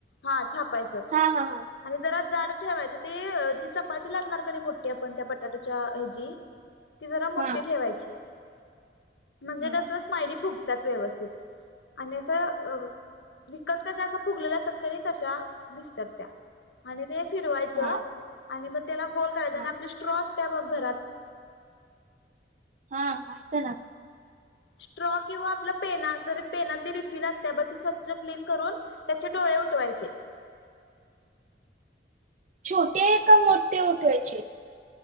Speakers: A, on the left; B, on the right.
A: हा छापायचं.
B: हा हा हा
A: आणि जरा झाड ठेवायचं. ते जिच्या चपाती लाटणार कनी मोठी आपण त्या बटाटूच्या हेजी ती जरा मोठी
B: हा
A: ठेवायची. म्हणजे
B: हा
A: कस स्मायली फुगत्यात व्यवस्थित. आणि असं अ- क विकत कशा अश्य फुगलेल्या असतात कनी तशा दिसतात त्या. आणि ते फिरवायचं.
B: हा
A: आणि मग तेला गोल काढायच,
B: हा
A: आणि आपली स्ट्रॉ असत्या बघ घरात
B: हा. असत्या ना.
A: स्ट्रॉ किंवा आपल्या पेना पेनातली रिफिल असत्या बघ ती स्वच्छ क्लीन करून त्याचे डोळे उठवायचे.
B: छोटे का मोठे उठवायचे